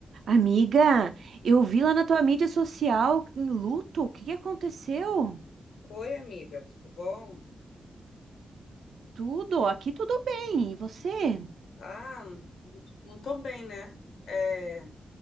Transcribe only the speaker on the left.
Oi, amiga, tudo bom?
Ah, não não tô bem, né? É,